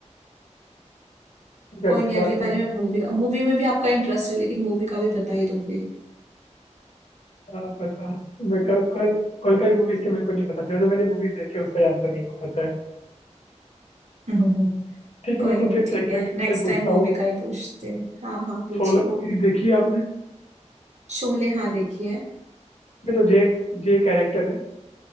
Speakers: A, on the left; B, on the right.
A: ठीक है,
B: कोई
A: अगली
B: नहीं
A: बार
B: अगली
A: से
B: बारी में मूवी का मूवी में भी आपका इंटरेस्ट है लेकिन मूवी का भी बता ही दोगे
A: आप बता मैं को, कोई कोई कोई मूवीज के मेरे को नहीं पता जो जो मैंने मूवीज देखी है, उसका आंसर मेरे को पता है
B: <laughs>
A: ठीक
B: कोई
A: है मैं तो
B: नहीं
A: फिर
B: ठीक
A: सेकंड
B: है
A: क्वेश्चन
B: नेक्स्ट
A: पूछता
B: टाइम मूवी
A: हूँ
B: का ही पूछते हो हाँ हाँ पूछिए
A: सोलो मूवी देखी है आपने
B: शोले हाँ देखिए
A: उसमें जो जे जे कैरेक्टर है